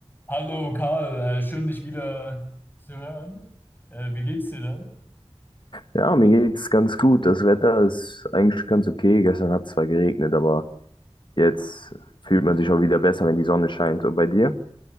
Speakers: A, on the left; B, on the left.
A: Hallo Karl, äh, schön dich wieder zu hören. Äh, wie geht's dir denn?
B: Ja, mir geht's ganz gut. Das Wetter ist eigentlich ganz okay. Gestern hat es zwar geregnet, aber jetzt fühlt man sich auch wieder besser, wenn die Sonne scheint. Und bei dir?